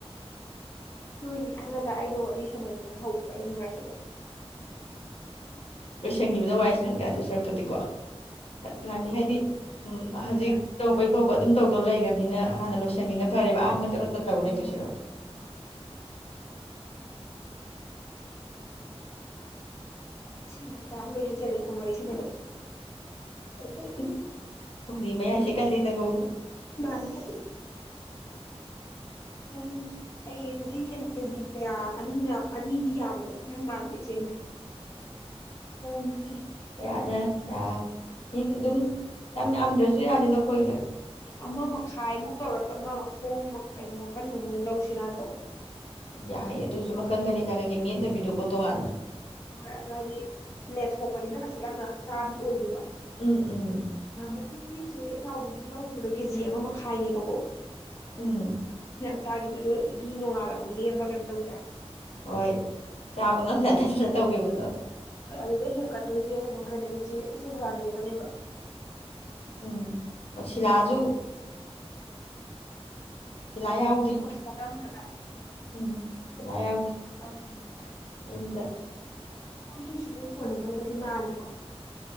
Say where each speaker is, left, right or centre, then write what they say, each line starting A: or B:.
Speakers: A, on the left; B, on the left.
A: ꯍꯣꯏ ꯀ ꯑꯗ ꯑꯩꯅ ꯋꯥꯔꯤ ꯁꯥꯟꯅꯖꯦꯅ ꯍꯧꯕꯗꯣ ꯑꯩ ꯅꯨꯡꯉꯥꯏꯇꯕ
B: ꯂꯣꯏꯁꯟꯈꯤꯕꯅꯣ ꯋꯥꯏ ꯁꯪꯗ꯭ꯔ ꯑꯗꯨ ꯁꯔꯛꯄꯨꯗꯤꯀꯣ ꯅꯥꯟ ꯍꯥꯏꯗꯤ ꯎꯝ
A: ꯉꯥꯏꯗ
B: ꯍꯧꯖꯤꯛ ꯇꯧꯕꯩ ꯇꯧꯕ ꯑꯗꯨꯝ ꯇꯧꯗꯣ ꯂꯩꯔꯕꯅꯤꯅ ꯍꯥꯟꯅ ꯂꯣꯏꯁꯤꯟꯉꯅ ꯐꯔꯦꯕ ꯑꯥ ꯠꯇ ꯇꯧ
A: ꯎꯝ
B: ꯂꯩꯦ ꯇ ꯁꯤꯔꯣ
A: <unintelligible> ꯏꯁꯤꯡ ꯊꯛꯄ ꯑꯃ ꯂꯣꯏ ꯍꯩꯖꯤꯜꯂꯦ ꯐꯣꯟ ꯋꯥꯔꯤ ꯁꯥꯟꯅꯕꯗ
B: ꯎ ꯎꯝ ꯐꯗꯤ ꯃꯌꯥꯏꯁꯦ ꯀꯜꯂꯤꯦꯗꯒꯣ
A: ꯃꯥꯜꯂꯦ
B: ꯑꯣ
A: ꯍꯌꯦꯡꯁꯨ ꯌꯦꯟ ꯀꯦꯖꯤ ꯀꯌꯥ ꯑꯅꯤꯅ ꯑꯅꯤꯗꯤ ꯌꯥꯝꯕꯗ ꯃꯥꯟꯕꯥꯟꯕ ꯏꯆꯦꯅ
B: ꯑꯗꯨ ꯌꯥꯗ ꯌꯥ ꯏ ꯑꯗꯨꯝ ꯌꯥꯝ ꯌꯥꯝꯗ꯭ꯔꯁꯨ ꯌꯥꯅꯤꯗꯈꯣꯏꯒ
A: ꯑꯃ ꯃꯈꯥꯏꯃꯨꯛ ꯇꯧꯔꯒ ꯃꯥ ꯃꯈꯣꯡ ꯀꯩꯅꯣ ꯃꯈꯀꯟꯒꯨꯝꯕꯣꯏ ꯑꯣꯏꯅ ꯂꯧꯁꯤꯔꯥꯅ ꯇꯧꯕ
B: ꯌꯥꯏꯌꯦ ꯑꯗꯨꯏꯁꯨ ꯃꯈꯟꯗ ꯂꯩꯖ ꯀꯩꯀꯩ ꯃꯦꯠꯅꯕꯤꯗꯨꯀꯣ ꯇꯣꯉꯥꯟꯅ
A: ꯍꯣꯏ ꯑꯗꯨ ꯍꯥꯏꯗꯤ ꯂꯦꯠꯊꯣꯛꯄꯅꯤꯅ ꯀꯩꯁꯨ ꯌꯥꯝꯅ ꯆꯥꯕꯤ ꯑꯣꯏꯗꯦꯕ
B: ꯎꯝ ꯎꯝ
A: ꯃꯨꯀꯤ ꯎꯆꯦ ꯆꯥꯎꯕꯒꯤ ꯂꯧꯈꯤꯕꯗꯣ ꯀꯦꯖꯤ ꯑꯃ ꯃꯈꯥꯏꯅꯦꯕꯀꯣ
B: ꯎꯝ
A: ꯆꯥꯈꯤꯕꯅꯦ ꯑꯗꯣ ꯑꯗꯨꯗꯤ ꯅꯣꯡꯉꯥꯂꯕꯨ ꯂꯦꯝꯕ꯭ꯔꯥ ꯀꯩꯅꯣ ꯇꯧꯋꯤꯗ
B: ꯍꯣꯏ ꯆꯥꯕ ꯉꯝꯅ ꯅꯠꯇꯅ ꯇꯧꯈꯤꯕꯗꯣ
A: ꯍꯣꯏ ꯑꯗꯨꯗ ꯍꯦꯟꯀꯠꯇꯣꯏꯁꯦ ꯀꯩꯅꯣ ꯈꯛꯇꯅꯦꯕꯆꯦ ꯏꯆꯦ ꯊꯋꯥꯅꯤ ꯈꯛꯇꯅꯦꯕ
B: ꯎꯝ ꯁꯤꯂꯥꯁꯨ ꯁꯤꯂꯥ ꯌꯥꯎꯗꯦ
A: ꯑꯣ ꯁꯤꯗ ꯌꯥꯎꯈꯤꯗꯕ꯭ꯔꯥ
B: ꯎꯝ ꯁꯤꯂꯥ ꯌꯥꯎꯗꯦ
A: ꯌꯥꯎꯈꯤꯗꯦꯅꯦ
B: ꯌꯨꯝꯗ
A: ꯍꯣꯏ ꯇꯣꯏꯁꯨ ꯑꯗꯨꯝ ꯀꯣꯟꯅꯗꯧꯕꯗꯤ ꯃꯥꯜꯂꯦꯀꯣ